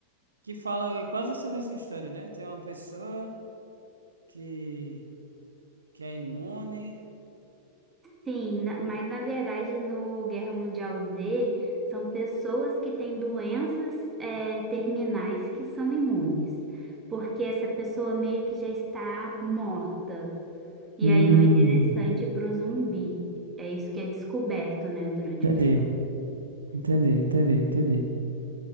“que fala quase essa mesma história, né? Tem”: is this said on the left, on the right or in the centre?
Right